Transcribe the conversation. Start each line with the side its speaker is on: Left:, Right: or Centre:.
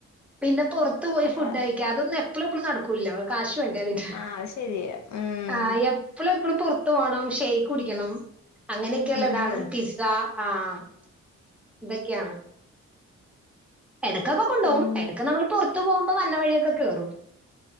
Centre: പിന്നെ പൊറത്ത് പോയി
Left: അപ്പ
Centre: ഫുഡ് കയിക്ക അതൊന്നും എപ്പളും എപ്പോളും നടക്കൂല്ലോ? കാശു വേണ്ടേ പിന്നെ
Left: ആഹ് അത് ശരിയാ ഉം
Centre: ആഹ് എപ് എപ്പോളു എപ്പളും പൊറത്ത് പോണം ഷൈക്ക് കുടിക്കണം അങ്ങനെയൊക്കെയള്ള
Left: ആഹാ
Centre: ഇതാണ് പിസ്സ ആഹ് ഇതൊക്കെയാണ് എടയ്ക്കൊക്കെ കൊണ്ടോകും
Left: ഉം
Centre: എടയ്ക്ക് നമ്മള് പൊറത്തു പോവുമ്പോ വന്ന വയിയൊക്കെ കേറും